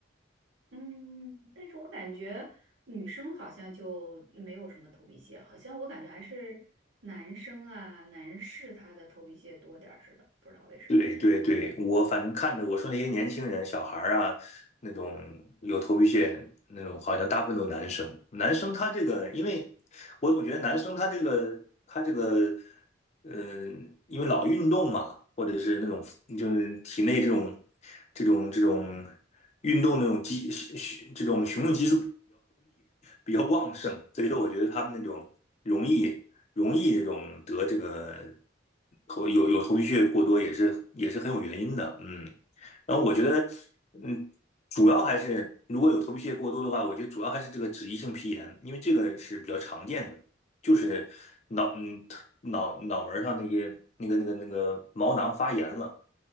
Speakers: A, on the right; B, on the left.
A: 嗯，但是我感觉女生好像就没有什么头皮屑，好像我感觉还是男生啊，男士他的头皮屑多点儿似的，不知道为什么。
B: 对对对，我反正看着我说那些年轻人、小孩儿啊，那种有头皮屑那种，好像大部分都是男生。男生他这个，因为我总觉得男生他这个他这个，嗯、因为老运动嘛，或者是那种就是体内这种这种这种运动那种激这种雄性激素比较旺盛，所以说我觉得他们那种容易容易这种得这个头有有头皮屑过多也是也是很有原因的，嗯。然后我觉得，嗯，主要还是如果有头皮屑过多的话，我觉得主要还是这个脂溢性皮炎，因为这个是比较常见的，就是脑嗯脑脑门上那些那个那个那个毛囊发炎了。